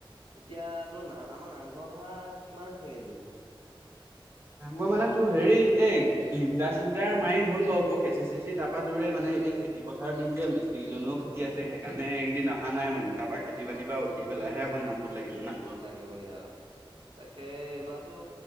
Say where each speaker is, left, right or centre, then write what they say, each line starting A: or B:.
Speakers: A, on the right; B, on the right.
A: এতিয়া তোৰ নাম আমাৰ নামঘৰ ভাগ কিমান হৈছেগৈ তোৰ?
B: নামঘৰ মানে তোৰ হেৰি এ লিন্দা চিন্তাৰ মাৰি হ'ল বাৰু ওপৰ কেচি চেচি তাৰ পৰা দৰে মানে এতিয়া খেতি পথাৰ দিন যে মিস্ত্ৰীজনেও কি আছে সেইকাৰণে এইকেইদিন অহা নাই মানে তাৰ পৰা খেতি
A: অ
B: বাতি পৰা উঠি পেলাইহে আকৌ নামঘৰ লাগিব না।
A: লাগিব সেয়া, তাকে এইবাৰ তো